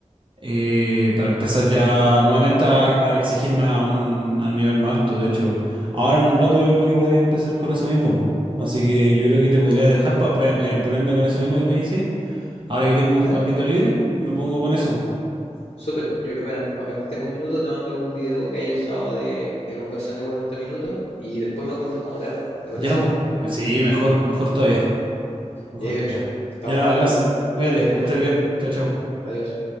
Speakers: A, on the right; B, on the left.
A: eh, para empezar ya nuevamente a, a exigirme a un, a un nivel más alto. De hecho, ahora en un rato yo creo que podría empezar con eso mismo. po. Así que yo creo que te podría dejar para ponerme con eso mismo que me decías. Ahora que tengo
B: dale,
A: un ratito libre y me pongo con eso.
B: súper. Yo apenas, apenas tengo un minuto, te mando algún video que haya usado de elongación de 40 minutos y después me cuentas cómo te va. ¿Te parece?
A: Ya, po. Pues sí, mejor, mejor todavía, mejor
B: Y ahí,
A: todavía.
B: ocho. Estamos
A: Ya
B: al
A: hablas.
B: habla.
A: Cuídate,
B: Cuídate
A: que
B: mucho.
A: estés bien. Chao, chao.
B: Adiós.